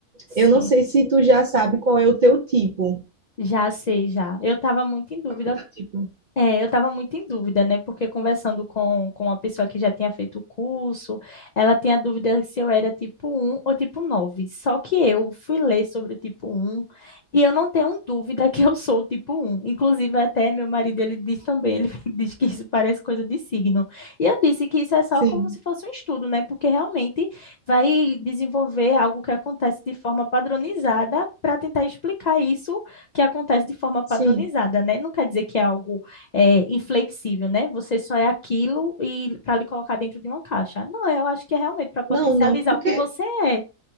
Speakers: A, on the left; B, on the right.
A: Sim,
B: Eu não sei se tu já sabe qual é o teu tipo.
A: já sei, já. Eu estava muito em dúvida
B: Tá, Tipo,
A: É, eu estava muito em dúvida, né? Porque conversando com, com uma pessoa que já tinha feito o curso, ela tinha dúvida se eu era tipo um ou tipo 9. Só que eu fui ler sobre o tipo um e eu não tenho dúvida que eu sou o tipo um. Inclusive, até meu marido, ele diz também, ele <laughs> diz que isso parece coisa de signo. E eu disse que isso é só
B: sim,
A: como se fosse um estudo, né? Porque realmente vai desenvolver algo que acontece de forma padronizada para tentar explicar isso que acontece de forma padronizada,
B: sim.
A: né? Não quer dizer que é algo é, inflexível, né? Você só é aquilo e para lhe colocar dentro de uma caixa. Não, eu acho que é realmente para potencializar
B: Não, não, porque
A: o que você é,